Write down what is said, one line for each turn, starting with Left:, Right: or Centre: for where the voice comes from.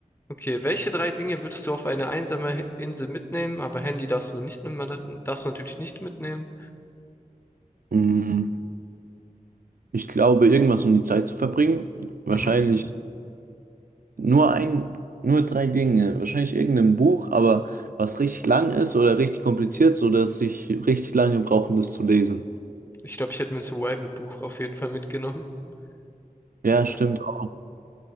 Left: Okay, welche drei Dinge würdest du auf eine einsame Hi- Insel mitnehmen? Aber Handy darfst du nicht, man darf- darfst du natürlich nicht mitnehmen.
Right: Mm, Ich glaube, irgendwas um die Zeit zu verbringen. Wahrscheinlich
Left: Mhm.
Right: Nur ein, nur drei Dinge. Wahrscheinlich irgendein Buch, aber was richtig lang ist oder richtig kompliziert, sodass ich richtig lange brauche, um das zu lesen.
Left: Ich glaube, ich hätte mir ein Survival-Buch auf jeden Fall mitgenommen. <laughs>
Right: Ja,
Left: Ja.
Right: stimmt auch.